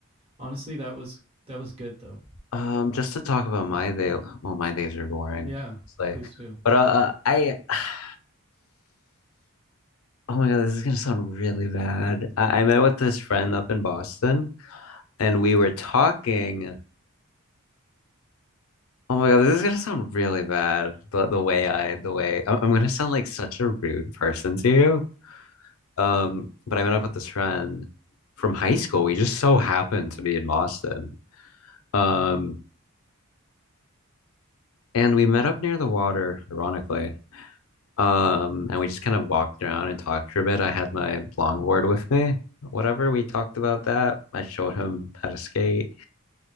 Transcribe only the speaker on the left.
Um, just to talk about my day, well, my days are boring.
It's like,
but uh, uh, I, <sighs> oh my God, this is gonna sound really bad. I, I met with this friend up in Boston, and we were talking. Oh my God, this is gonna sound really bad. The the way I, the way I'm, I'm gonna sound like such a rude person to you. Um, but I met up with this friend from high school. We just so happened to be in Boston. Um, and we met up near the water, ironically. Um, and we just kind of walked around and talked for a bit. I had my longboard with me. Whatever, we talked about that. I showed him how to skate.